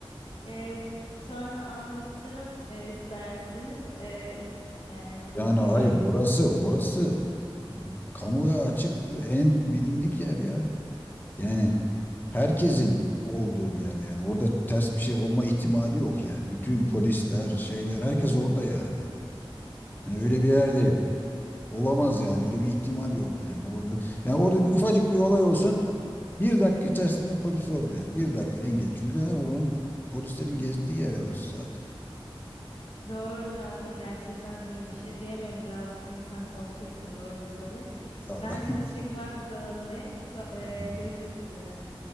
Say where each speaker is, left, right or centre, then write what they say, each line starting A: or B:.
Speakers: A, on the left; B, on the left.
A: e, sonra anlatırım e, isterseniz E, yani
B: Yani
A: bilmiyorum.
B: hayır orası orası m, kamuya açık ve en bilindik yer ya. Yani herkesin olduğu bir yer yani. Orada ters bir şey olma ihtimali yok yani. Bütün polisler, şeyler herkes orada yani. Hani öyle bir yer değil. Olamaz yani. Öyle bir ihtimal yok yani. Orada yani orada bir, ufacık bir olay olsun. Bir dakika içerisinde polis orada yani. Bir dakika en geç. Çünkü oranın polislerin gezdiği yer orası zaten.
A: Doğrudur abi gerçekten hani bir şey diyemiyorum biraz insan korkuyor sadece öyle söyleyeyim.
B: Sağ
A: Ben
B: ol.
A: şimdi çıkmak zorundayım. Ku- eee,
B: <laughs>
A: görüşmek üzere.